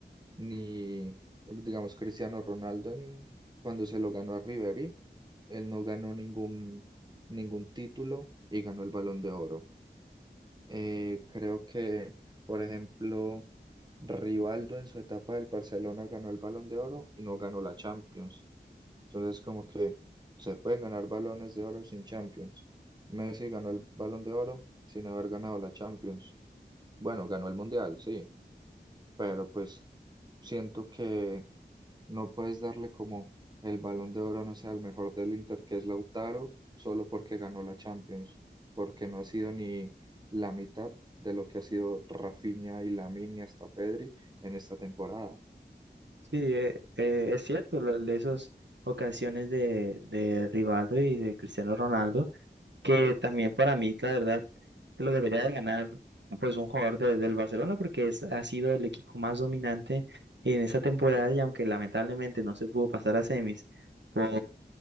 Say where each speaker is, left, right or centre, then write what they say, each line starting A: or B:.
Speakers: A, on the right; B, on the right.
A: ni, digamos, Cristiano Ronaldo en- cuando se lo ganó a Ribery, él no ganó ningún, ningún título y ganó el Balón de Oro. Eh, creo que, por ejemplo, Rivaldo en su etapa del Barcelona ganó el Balón de Oro y no ganó la Champions. Entonces, como que se pueden ganar balones de oro sin Champions. Messi ganó el Balón de Oro sin haber ganado la Champions. Bueno, ganó el Mundial, sí, pero pues siento que no puedes darle como el Balón de Oro, no sea el mejor del Inter, que es Lautaro, solo porque ganó la Champions, porque no ha sido ni la mitad de lo que ha sido Rafinha y Lamine y hasta Pedri en esta temporada.
B: Sí, eh, eh, es cierto, lo- de esas ocasiones de, de Rivaldo y de Cristiano Ronaldo. que también para mí, la verdad, se lo debería de ganar pues un jugador de- del Barcelona porque es, ha sido el equipo más dominante en esta temporada y aunque lamentablemente no se pudo pasar a semis, por